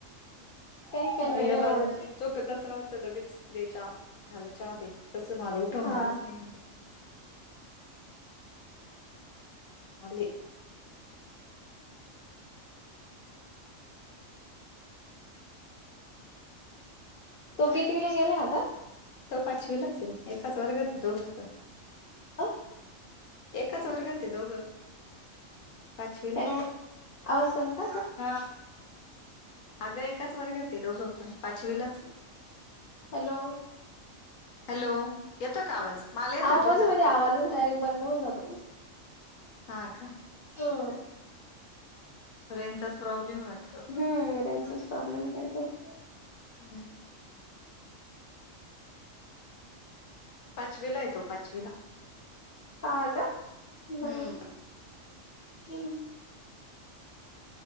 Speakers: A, on the left; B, on the left.
A: काही काहीना
B: अ याला
A: नाही आवडत.
B: झोपेतच राहतं लगेच दे चहा मला चहा दे तस मला उठवणारच
A: हा
B: नाही म्हणतो. आले.
A: तो कितवी ला गेला आता
B: तो पाचवीलाच ये एकाच वर्गात ये दोघं पण
A: अ
B: एकाच वर्गात ये दोघं पाचवीला
A: हॅलो आवाज कमी का ग
B: आहे हा अगं एकाच वर्गात ये दोघं पण पाचवीलाचये.
A: हॅलो
B: हॅलो येतो का आवाज मला येतोय
A: अहो मध्ये
B: तुझा
A: मध्ये आवाजच डायरेक्ट बंद होऊन जातो तुमचा
B: हा का
A: <unintelligible>
B: र्रेंजचाच प्रॉब्लेमये वाट
A: हम्म रेंजचाच प्रॉब्लेम ये काय तर
B: हम्मं पाचवी हाय तो पाचवी ला
A: हा का नाही
B: हम्म
A: हम्मं